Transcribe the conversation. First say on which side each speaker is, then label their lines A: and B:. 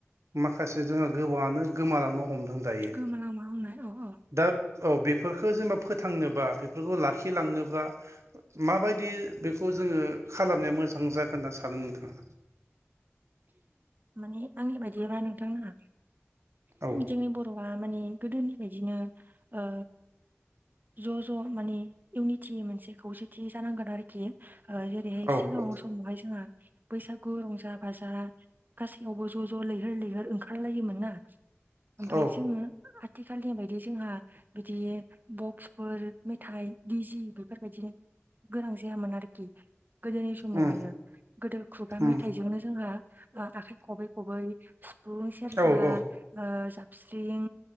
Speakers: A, on the right (about 80°); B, on the right (about 40°).
A: माखासे जोंहा गोबाङानो गोमालांनो हमदों दायो
B: गोमोनांमा होननाय औ औ
A: दा औ बेफोरखो जेनेबा फोथांनोबा बेफोरखौ लाखिलांनोबा माबायदि बेखौ जोङो खालामनाया मोजां जागोन होनना सानो नोंथाङा?
B: माने आंनि बायदिबा नोंथाङा
A: औ
B: जोंनि बर'आ माने गोदोनि बायदिनो ओ ज' ज' माने इउनिटि मोनसे खौसे थि जानांगोन आरोखि ओ जेरैहाय
A: औ
B: सिगाङाव
A: औ
B: समावहाय जोंहा बैसागु रंजा बाजा गासैयावबो ज' ज' लैहोर लैहोर ओंखारलायोमोनना। ओमफ्राय
A: औ
B: जोङो आथिखालनि बायदि जोंहा बिदि बक्सफोर मेथाइ डि जि बेफोरबायदिनो गोनां जायामोन आरोखि गोदोनि समावहायो
A: उम
B: गोदो खुगा
A: उम
B: मेथाइजोंनो जोंहा ओ आखाइ खबै खबै सिफुं सेरजा
A: औ औ
B: ओ जाबस्रिं